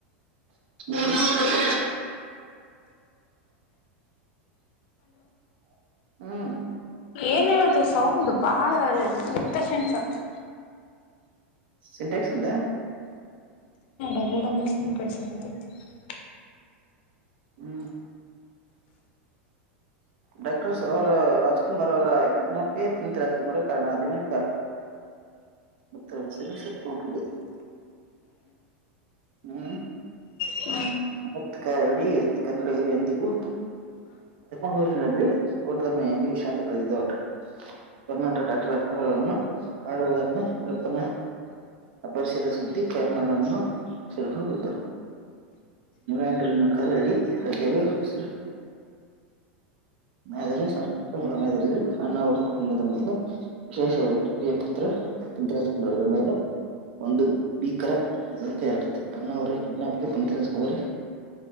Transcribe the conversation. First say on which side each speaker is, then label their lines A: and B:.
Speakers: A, on the right; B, on the left.
A: ಹ್ಮ <unintelligible> ಹ್ಮ್
B: ಏನೋ ಅದು ಸೌಂಡ್ ಬಹಳ ಇರೀಟೇಶನ್ ಸೌಂಡು
A: ಸಿಂಟೆಕ್ಸ್ಂದ
B: ಇಲ್ಲಡಬು ಚ ಕಳ್ಸೈತಿ <unintelligible>
A: ಹ್ಮ್ ಡಾಕ್ಟರ್ ಸರ್ ರಾಜುಕುಮಾರ್ ಅವರ ಕಿಡ್ನಾಪ್ ಗೆ ಪುನೀತ್ ರಾಜುಕುಮಾರೇ ಆ ಕಾರಣ ದಿನಾಕ ಮತ್ತ ಸರಿ ಸತ್ಯ ಕೂಡದೆ. ಹ್ಮ್
B: ಹ್ಮ
A: ಮತ್ ಕ ಹೇಳಿ ಕನ್ನಡಿಗರು ಎಂದಿಗೂ ಬೂರಿನಲ್ಲಿ ಊಟದ ಮನ ನೀವು ವಿ ಶಾಂತ ಪ್ರದದ ಓಟ ಕರ್ನಾಟಕ ಡಾಕ್ಟರ್ ರಾಜುಕುಮಾರ್ ಅವನ್ನು ಕಾಣುವುದನ್ನರಪ್ಪನ ಅಪಹರಿಸಿದ ಸುದ್ದಿ ಕರುನಾಡುವನ್ನು ಸರ್ಕೊಂಡ್ದ್ ಎಂಟನಕ ರಡಿ ರಜೆವೇ ಹೋಗಸಿ <unintelligible> ಅದರೇ ಕಷ್ಟ ಸಮಯದಲ್ಲಿ ಅಣ್ಣ ಅವ್ರ ಕುಟುಂಬದ ಮೇಲೆ ವಿಶೇಷವಾಗಿ ಕಿರಿಯ ಪುತ್ರ ಪುನೀತರಾಜ್ ಕುಮಾರ್ ಅವರ ಮೇಲೆ ಒಂದು ಭೀಕರ ವದಂತಿ ಹರಡಿತ್ತು ಅಣ್ಣ ಅವರ ಕಿಡ್ನಾಪ್ ಗೆ ಪುನೀತ್ ರಾಜ್ ಕುಮಾರ್